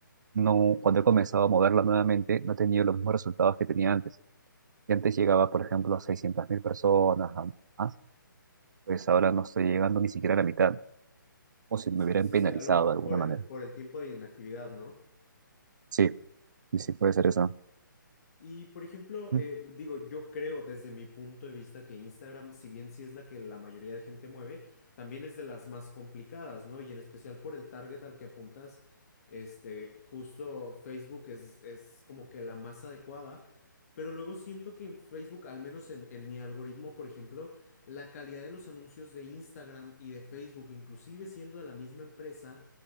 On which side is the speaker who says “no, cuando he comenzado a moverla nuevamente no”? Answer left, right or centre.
Right